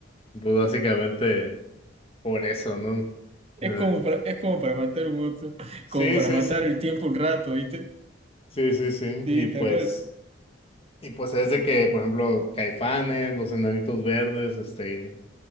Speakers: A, on the left; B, on the right.
A: pues básicamente por eso, ¿no?
B: Es
A: Entonces,
B: como para, es como para matar un otro,
A: Sí,
B: como para
A: sí,
B: matar
A: sí,
B: el tiempo un rato, ¿viste?
A: sí, sí, sí,
B: Sí,
A: y pues,
B: tal cual.
A: y pues es de que, por ejemplo, Caifanes, Los Enanitos Verdes, este,